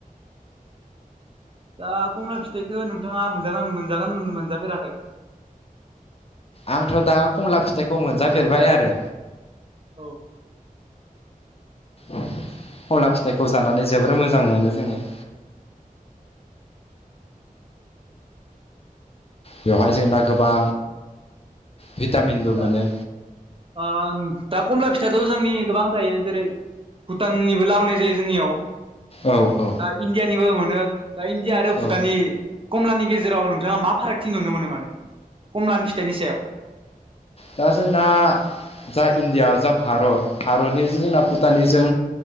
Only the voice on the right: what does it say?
दा कमला फिथाइखौ नोंथाङा मोनजाग मोनजागोन मोनजाफेराखै?
औ
दा
ओ दा कमला फिथायाथ' जोंनि गोबां थायो जेरै भुटाननिबो लाबोनाय जायो जोंनियाव
दा इण्डियानिबो मोनो दा इण्डिया आरो
भुटाननि कमलानि गेजेराव नोंथाङा मा फारागथि नुनो मोनो माने कमलानि फिथाइनि सायाव